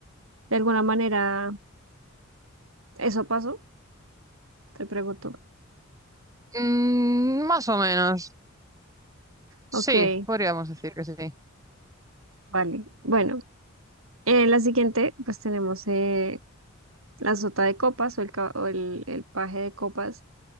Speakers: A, on the right (about 75°); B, on the right (about 15°).
A: de alguna manera, ¿eso pasó? Te pregunto.
B: Mm, más o menos. Sí,
A: Ok,
B: podríamos decir que sí.
A: vale. Bueno, en la siguiente pues tenemos eh, la sota de copas o el, ca- o el, el paje de copas